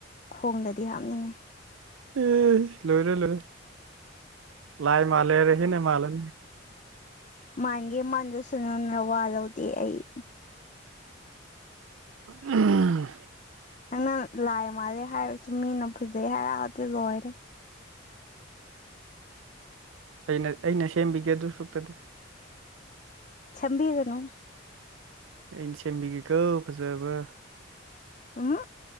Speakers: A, on the left (about 35°); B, on the right (about 80°).
A: ꯈꯣꯡꯗꯗꯤ ꯍꯥꯞꯅꯤꯡꯉꯦ
B: ꯑꯦ ꯂꯣꯏꯔꯣꯏ ꯂꯣꯏ ꯂꯥꯏ ꯃꯜꯦꯔ ꯍꯅꯦ ꯃꯜꯅꯦ
A: ꯃꯥꯥꯟꯒꯦ ꯃꯥꯟꯗ ꯁꯨꯅꯨ ꯅꯋꯥ ꯂꯧꯗꯦ ꯑꯩ
B: ꯎ
A: ꯅꯪꯅ ꯂꯥꯏ ꯃꯥꯜꯂꯦ ꯍꯥꯏꯔꯁꯨ ꯃꯤꯅ ꯐꯖꯩ ꯍꯥꯏꯔꯛ ꯑꯗꯨ ꯂꯣꯏꯔꯦ
B: ꯑꯩꯅ ꯑꯩꯅ ꯁꯦꯝꯕꯤꯒꯦ ꯑꯗꯨ ꯁꯨꯛꯇꯗꯤ
A: ꯁꯦꯝꯕꯤꯒꯅꯨ
B: ꯏꯟꯁꯦꯝꯕꯤꯒꯦ ꯀꯧꯕ ꯐꯖꯕ
A: ꯎꯝ